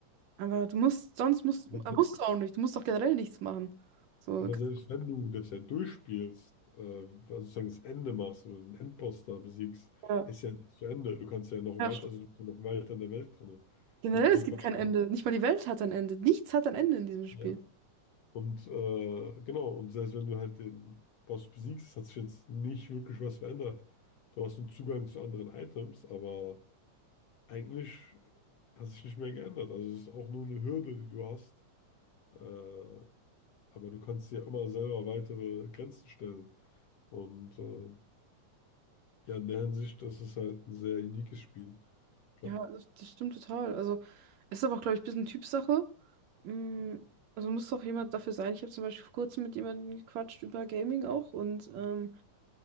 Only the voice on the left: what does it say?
aber,
se-
aber
selbst wenn du das ja durchspielst, äh, also sozusagen das Ende machst oder den Endboss da besiegst,
ist ja nicht zu Ende. Du kannst ja noch
weiter, also du bist ja noch weiter in der Welt drin.
Und die geht
weiter.
Ja, Und äh, genau, und selbst wenn du halt den Boss besiegst, hat sich jetzt nicht wirklich was verändert. Du hast einen Zugang zu anderen Items, aber eigentlich hat sich nicht mehr geändert. Also es ist auch nur eine Hürde, die du hast. Äh, aber du kannst dir immer selber weitere Grenzen stellen. Und äh, ja, in der Hinsicht, das ist halt ein sehr uniques Spiel. Ich glaube,